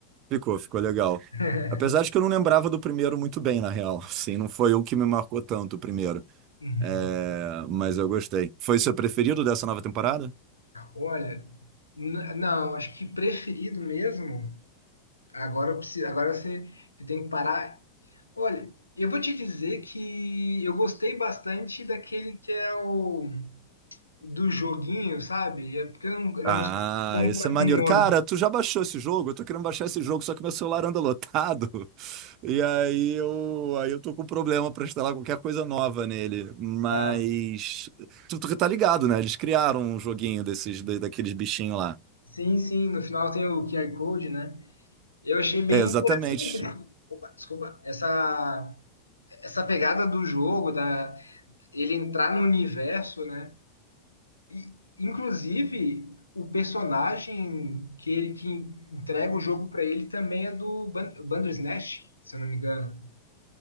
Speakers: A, on the right (about 40°); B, on the left (about 80°).
A: Ficou, ficou legal.
B: <laughs>
A: Apesar de que eu não lembrava do primeiro muito bem, na real. Assim, não foi o que me marcou tanto o primeiro.
B: Uhum.
A: É, mas eu gostei. Foi o seu preferido dessa nova temporada?
B: Olha, n- não, acho que preferido mesmo. Agora, eu preciso, agora você, você tem que parar. Olha, eu vou te dizer que eu gostei bastante daquele que é o do joguinho, sabe? É porque eu não, eu não
A: Ah,
B: sou bom
A: esse
B: para
A: é maneiro.
B: com nome.
A: Cara, tu já baixou esse jogo? Eu tô querendo baixar esse jogo, só que meu celular anda lotado. <laughs> E aí eu, aí eu tô com problema pra instalar qualquer coisa nova nele. Mas
B: Ah,
A: tu, tu tá ligado, né? Eles criaram um joguinho desses, da- daqueles bichinhos lá.
B: sim, sim, no final tem o QR Code, né? Eu achei bem
A: É, exatamente.
B: interessante. né? Opa, desculpa, essa, essa pegada do jogo, da, ele entrar no universo, né? E, inclusive, o personagem que ele que entrega o jogo pra ele também é do Ban- Bandersnatch, se eu não me engano.